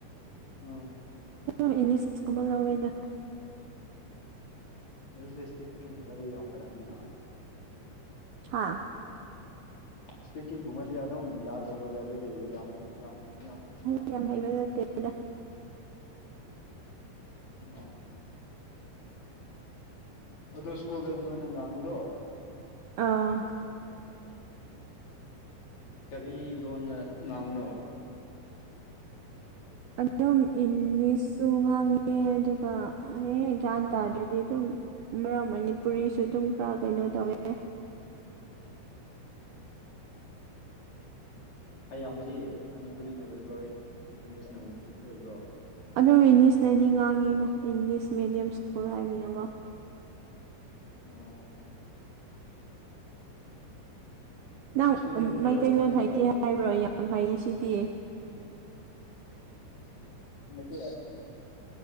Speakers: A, on the left (about 40°); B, on the right (about 70°).
A: ꯎꯝ
B: ꯑ ꯏꯅꯤꯁꯀꯨꯝꯕ ꯂꯧꯋꯦꯗ
A: ꯑꯗꯨꯗꯤ ꯏꯁꯄꯦꯛꯀꯤꯡꯒꯨꯝꯕꯗꯤ ꯌꯥꯝ ꯐꯅꯤꯅ
B: ꯍꯥꯥ
A: ꯏꯁꯄꯤꯀꯤꯡꯒꯨꯝꯕꯗꯤ ꯑꯗꯨꯝ ꯌꯥꯗꯧ ꯃꯥꯜꯂꯦ ꯑꯗꯨꯗꯤ ꯌꯥꯝ ꯌꯥꯝ ꯌꯥꯝ
B: ꯑꯩ
A: ꯌꯥꯝ
B: ꯍꯩꯕ ꯅꯠꯇꯦꯗ
A: ꯑ ꯑꯗꯣ ꯁ꯭ꯀꯨꯜꯗ ꯅꯣꯏꯅ ꯉꯥꯡꯉꯨꯗꯣ
B: ꯑꯥ
A: ꯀꯔꯤ ꯂꯣꯟꯅ ꯉꯥꯡꯕꯨꯅꯣ
B: ꯑꯗꯨꯝ ꯏꯪꯂꯤꯁꯁꯨ ꯉꯥꯡꯉꯦ ꯑꯗꯨꯒ ꯍꯦꯛꯦꯛ ꯒ꯭ꯌꯥꯟ ꯇꯥꯗ꯭ꯔꯗꯤ ꯑꯗꯨꯝ ꯃꯔꯛ ꯃꯅꯤꯄꯨꯔꯤꯁꯨ ꯑꯗꯨꯝ ꯈꯔ ꯀꯩꯅꯣ ꯇꯧꯋꯦ
A: ꯑꯌꯥꯝꯕꯗꯤ ꯃꯅꯤꯄꯨꯔꯤꯅ ꯑꯣꯏꯕ꯭ꯔꯣꯏ ꯏꯪꯂꯤꯁꯅ ꯑꯣꯏꯕ꯭ꯔꯣ
B: ꯑꯗꯨꯝ ꯏꯪꯂꯤꯁꯅꯗꯤ ꯉꯥꯡꯉꯤꯀꯣ ꯏꯪꯂꯤꯁ ꯃꯦꯗꯤꯌꯝ ꯁ꯭ꯀꯨꯜ ꯍꯥꯏꯕꯅꯤꯅꯀꯣ
A: ꯑꯣ
B: ꯅꯪ
A: ꯏꯁꯇꯨꯗꯦꯟ ꯀꯌꯥꯒꯨꯝꯕ
B: ꯃꯩꯇꯩꯂꯣꯟ
A: ꯂꯩꯒꯦ
B: ꯍꯥꯏꯇꯦ ꯍꯥꯏꯕ꯭ꯔꯣ ꯌꯥꯝ ꯍꯩ ꯁꯤꯗꯤ
A: ꯅꯠꯇ ꯌꯥ